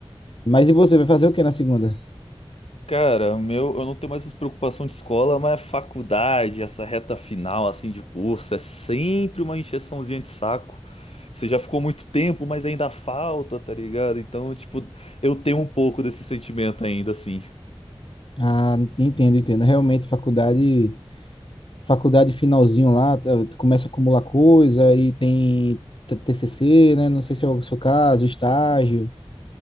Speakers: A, on the left; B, on the left.
A: Mas e você, vai fazer o que na segunda?
B: cara, o meu, eu não tenho mais essa preocupação de escola, mas a faculdade, essa reta final assim de curso, é sempre uma encheçãozinha de saco. Você já ficou muito tempo, mas ainda falta, tá ligado? Então, tipo, eu tenho um pouco desse sentimento ainda assim.
A: Ah, entendo, entendo. Realmente, faculdade. faculdade finalzinho lá, tá, tu começa a acumular coisa e tem t- TCC, né? Não sei se é o seu caso, estágio.